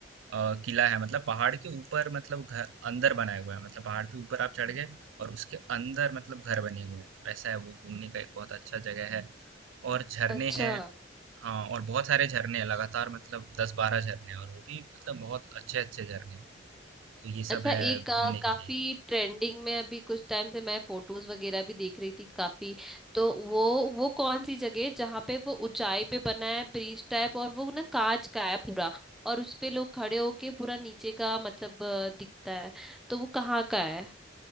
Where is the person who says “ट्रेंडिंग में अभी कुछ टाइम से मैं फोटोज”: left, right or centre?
Centre